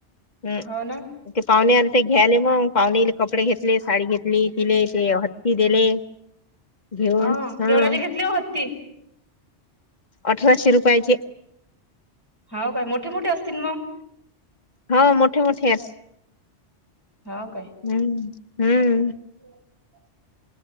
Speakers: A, on the left; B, on the right.
A: हम्म.
B: हो ना
A: ते पाहुणे आलते घ्यायले मग पाहुणेले कपडे घेतले, साडी घेतली, तिले ते हत्ती दिले. घेऊन
B: अ
A: हा
B: केवड्याचे घेतले ओ हत्ती?
A: अठराशे रुपयाचे.
B: हो काय मोठे मोठे असतील मग?
A: हां मोठे मोठे आहेत.
B: हो काय.
A: हम्म हम्म.
B: <inaudible>